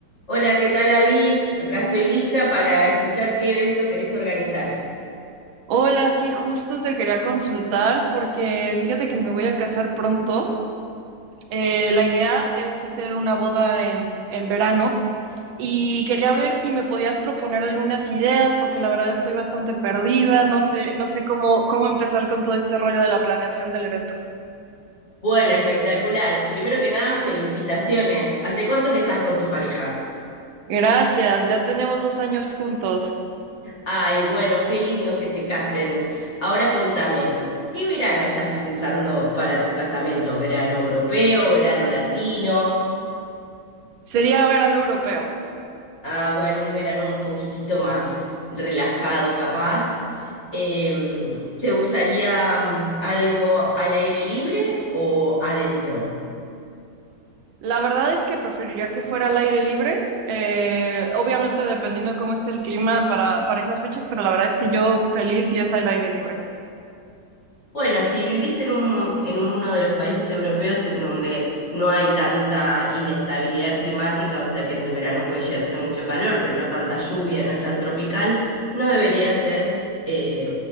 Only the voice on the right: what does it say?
Hola, sí, justo te quería consultar porque fíjate que me voy a casar pronto. Eh, la idea es hacer una boda en, en verano y quería ver si me podías proponer algunas ideas porque la verdad estoy bastante perdida, no sé, no sé cómo, cómo empezar con todo este rollo de la planeación del evento.
Gracias, ya tenemos dos años juntos.
Sería verano europeo.
La verdad es que preferiría que fuera al aire libre, eh, obviamente dependiendo cómo esté el clima para, para esas fechas, pero la verdad es que yo feliz si es al aire libre.